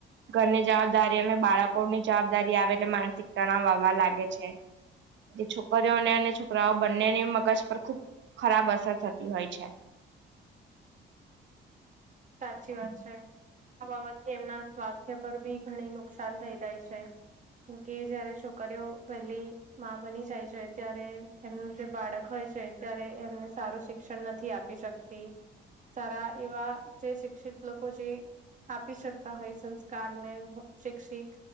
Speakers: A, on the right; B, on the right.
A: ઘરની જવાબદારી અને બાળકોની જવાબદારી આવે એટલે માનસિક તણાવ વાવા લાગે છે એ છોકરીઓને અને છોકરાઓ બંનેની મગજ પર ખુબ ખરાબ અસર થતી હોય છે
B: સાચી વાત છે આ બાબતે એમના સ્વાસ્થ્ય પર બી ઘણી નુકસાન થઈ જાય છે કે જયારે છોકરીઓ પહેલી- માં બની જાય છે ત્યારે એમનું જે બાળક હોય છે ત્યારે એમને સારું શિક્ષણ નથી આપી શક્તી સાર એવા જે શિક્ષિત લોકો જે આપી શકતા હોય સંસ્કાર ને શિક્ષિત